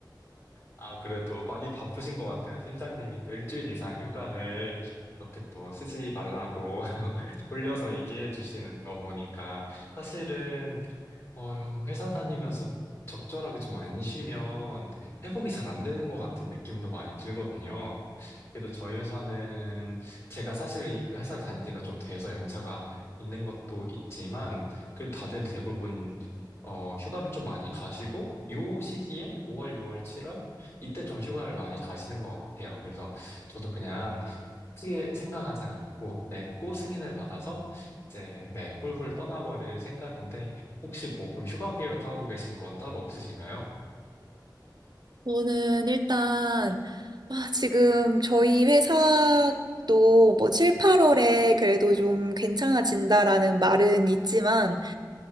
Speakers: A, on the left; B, on the right.
A: 아, 그래도 많이 바쁘신 것 같아요. 팀장님이 또 일주일 이상 휴가를 이렇게 또 쓰지 말라고 돌려서 얘기해 주시는 거 보니까 사실은 어, 회사 다니면서 적절하게 좀 안 쉬면 회복이 잘 안 되는 것 같은 느낌도 많이 들거든요. 그래도 저희 회사는 제가 사실 이 회사를 다닌 지가 좀 돼서 연차가 있는 것도 있지만 그래도 다들 대부분 어, 휴가를 좀 많이 가시고 요 시기에 5월, 6월, 7월 이때 좀 휴가를 많이 가시는 것 같아요. 그래서 저도 그냥 크게 생각하지 않고, 네, 꼭 승인을 받아서 이제, 네, 훌훌 떠나버릴 생각인데, 혹시 뭐 그럼 휴가 계획하고 계신 건 따로 없으신가요?
B: 저는 일단, 아, 지금 저희 회사도 뭐 7, 8월에 그래도 좀 괜찮아진다라는 말은 있지만,